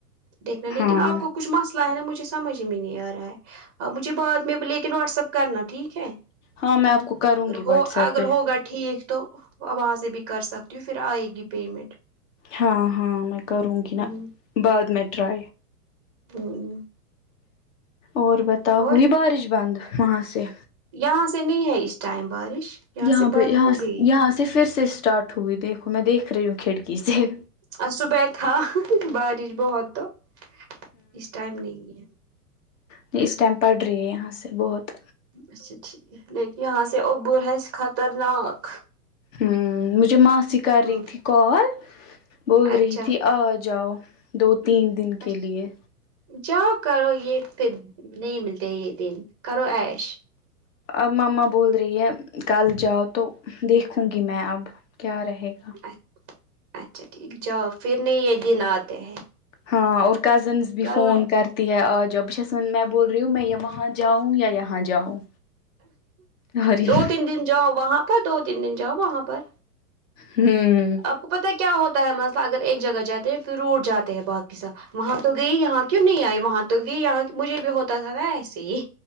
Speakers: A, on the right; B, on the left.
A: دیکھنا لیکن
B: ہاں
A: آپ کو کچھ مسئلہ ہے نا مجھے سمجھ میں نہیں آ رہا ہے مجھے بعد میں لیکن واٹس اپ کرنا ٹھیک ہے
B: ہاں میں آپ کو کروں گی
A: ہو
B: واٹس ایپ
A: اگر
B: پہ
A: ہوگا ٹھیک تو وہاں سے بھی کر سکتی ہوں پھر آئے گی پیمنٹ
B: ہاں ہاں میں کروں گی
A: ہ
B: نا بعد میں ٹرائی
A: <unintelligible>
B: اور بتا
A: اور
B: ہوئی بارش بند وہاں سے
A: یہاں سے نہیں ہے اس ٹائم بارش
B: یہاں
A: سے بند
B: پہ یہاں
A: ہو گئی
B: یہاں سے پھر سے اسٹارٹ ہوئی دیکھو میں دیکھ رہی ہوں کھڑکی سے
A: اور صبح تھا بارش بہت تو اس ٹائم نہیں ہے
B: ج اس ٹائم پڑھ رہی ہے یہاں سے بہت
A: اچھا ٹھیک ہے لیکن یہاں سے اوبر ہے خطرناک
B: ہوں مجھے ماسی کر
A: ہوں
B: رہی تھی کال بول
A: اچھا
B: رہی تھی آ جاؤ دو تین دن کے
A: اچھا
B: لیے
A: جاؤ کرو یہ پھر نہیں ملتے یہ دن کرو ایش
B: ابماں بول رہی ہے کل جاؤ تو دیکھوں گی میں اب کیا رہے گا
A: ا اچھا ٹھیک جاؤ پھر نہیں یہ دن آتے ہیں
B: ہاں اور کزنس بھی
A: کرو
B: فون کرتے ہے آ جاؤ ب چس میں بول رہی ہوں میں وہاں جاؤں یا یہاں جاؤں ارے
A: دو تین دن جاؤ وہاں پر دو تین دن جاؤ وہاں پر
B: ہوں
A: آپ کو پتا کیا ہوتا ہے مسئلہ اگر ایک جگہ جاتے ہیں پھر اٹ جے ہیں باقی ساب وہاں تو گئی یہاں کیوں نہیں آئی وہاں تو گئی یہاں مجھے بھی ہوتا تھا نا ایسے ہی